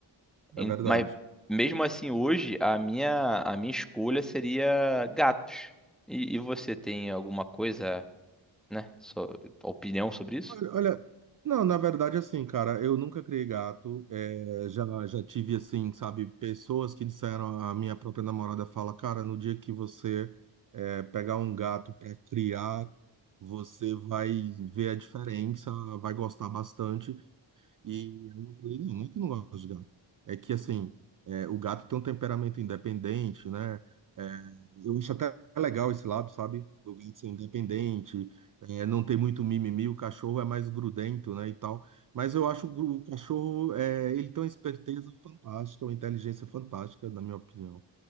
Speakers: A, in the centre; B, on the right.
A: Em-
B: é verdade.
A: Mas mesmo assim, hoje, a minha, a minha escolha seria gatos. E, e você tem alguma coisa? né? Sua opinião sobre isso?
B: Olha, olha, não, na verdade, assim, cara, eu nunca criei gato. É, já, já tive, assim, sabe, pessoas que disseram, a minha própria namorada fala, cara, no dia que você é, pegar um gato para criar, você vai ver a diferença, vai gostar bastante. E aí eu falei, não, não é que eu não gosto de gato. É que, assim, é, o gato tem um temperamento independente, né? É, eu acho até legal esse lado, sabe? Do gato ser independente, é, não ter muito mimimi, o cachorro é mais grudento, né, e tal. Mas eu acho o, gru- o cachorro, é, ele tem uma esperteza fantástica, uma inteligência fantástica, na minha opinião.